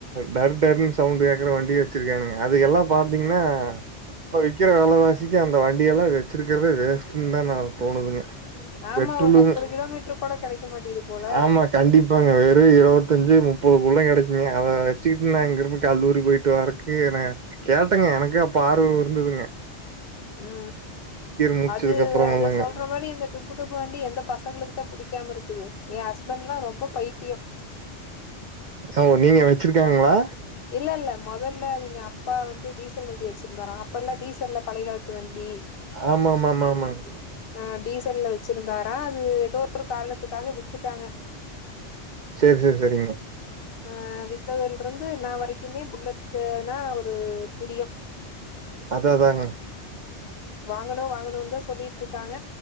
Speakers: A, on the right; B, on the left.
A: டர் டர்னு சவுண்ட் கேக்குற வண்டி வெச்சிருக்கானுக அதுகெல்லா பாத்திங்னா இப்ப விக்கற வெலவாசிக்கு அந்த வண்டியெல்லா வெச்சிருக்கறதே வேஸ்ட்டுன்தா நா தோணுதுங்க
B: ஆமா
A: பெட்ரோலும்
B: ஒரு முப்பது கிலோமீட்ரு கூட கெடைக்க மாட்டிங்குது போல
A: ஆமா கண்டிப்பாங்க வெறு இருவத்தஞ்சு முப்பது குள்ள கெடைக்குங்க அத வெச்சுகிட்டு நா இங்கிருந்து கல்லூரி போய்ட்டு வாரக்கு ஏன கேட்டங்க எனக்கு அப்ப ஆர்வம் இருந்துதுங்க
B: ம்
A: முடிச்சதுக்கு
B: அது
A: அப்புறம்ல்லங்க
B: அந்த சொல்ற மாரி இந்த டுபு டுபு வேண்டி எந்த பசங்களுக்குதா பிடிக்காம இருக்குது எ ஹஸ்பண்ட்லா ரொம்ப பைத்திய
A: ஓ நீங்க வெச்சிருக்காங்களா
B: இல்லல்ல மொதல்ல இவிங்க அப்பா வந்து டீசல் வண்டி வெச்சிருந்தாரா அப்ப எல்லா டீசல்ல பழய காலத் து வண்டி
A: ஆமா ஆமா ஆமா ஆமாங்க
B: ஆ டீசல்ல வெ ச்சிருந்தாரா அது ஏதோ ஒரு காரணத்துக்காக வித்துட்டாங்க
A: சேர் சேர் செரிங்க
B: ஆ வித்ததுல இருந்து இன்னா வரைக்குமே புல்லட்டுனா ஒரு பிரிய
A: அதா அதாங்க
B: வாங்கணு வாங்கணுன்தா சொல்லிட்ருக்காங்க